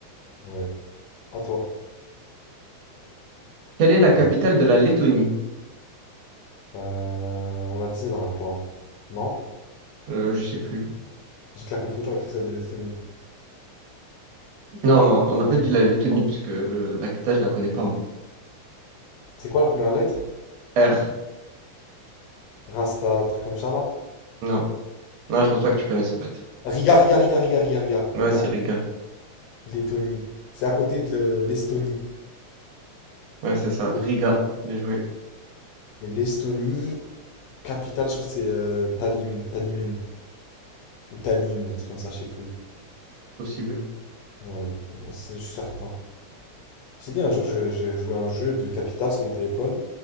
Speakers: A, on the left (about 75°); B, on the right (about 70°).
A: Ouais. À toi.
B: Quelle est la
A: Ouais.
B: capitale de la Lettonie?
A: Euh, on l'a dit la dernière fois. Non?
B: Euh, je sais plus.
A: Je te la confonds toujours avec celle de l'Estonie.
B: Non, non, on n'a pas
A: Euh,
B: dit la Lettonie parce que le, la capitale, je la connais pas. moi.
A: C'est quoi la première lettre?
B: R.
A: Rasta, truc comme ça là?
B: Non. Non, je pense pas que tu connaisses en fait.
A: Riga, Riga, Riga, Riga, Riga, Riga,
B: Ouais,
A: Riga.
B: c'est Riga.
A: Lettonie. C'est à côté de le- l'Estonie.
B: Ouais, c'est ça.
A: Et
B: Riga. Bien joué.
A: L'Estonie, Capitale, je crois que c'est euh, Talim, Talimine, ou Tallinn, un truc comme ça, je sais plus.
B: Possible.
A: Ouais, bon, c'est- je suis certain. J'ai dit un jour, je- j'ai joué à un jeu de capitale sur mon téléphone.